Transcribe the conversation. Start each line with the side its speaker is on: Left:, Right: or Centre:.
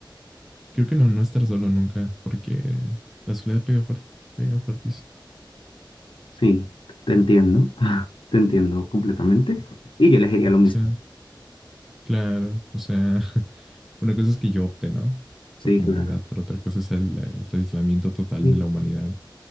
Centre: creo que no, no estar solo nunca porque la soledad pega fuerte, pega fuertísimo.
Left: Sí, te entiendo. <laughs> Te entiendo completamente. Y yo elegiría lo mismo.
Centre: O sea, Claro, o sea, <laughs> una cosa es que yo opte, ¿no?
Left: Sí,
Centre: Por comodidad,
Left: claro.
Centre: pero otra cosa es el, eh, es el aislamiento total
Left: Y,
Centre: de la humanidad.